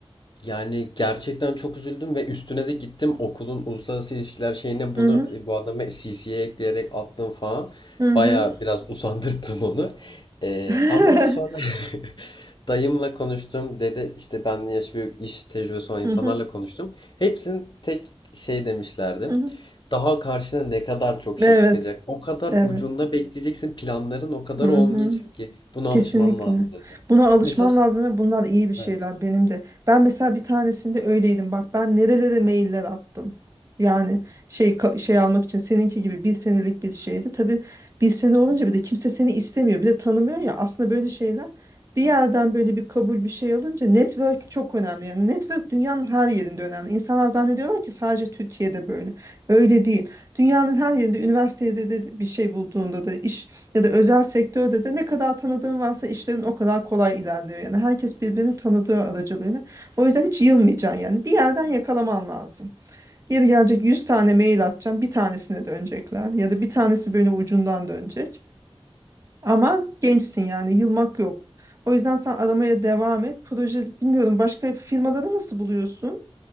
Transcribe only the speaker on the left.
Yani gerçekten çok üzüldüm ve üstüne de gittim okulun uluslararası ilişkiler şeyine
bunu
e, bu adama CC'ye ekleyerek attım falan.
Baya biraz usandırttım onu. Ee,
ama sonra <laughs> dayımla konuştum. Dede işte benden yaş büyük iş tecrübesi olan insanlarla
konuştum. Hepsinin tek şey demişlerdi.
Daha karşına ne kadar çok şey
çıkacak. O kadar
ucunda bekleyeceksin. Planların o kadar
olmayacak ki. Buna
alışman lazım dedi.
Mesela
evet.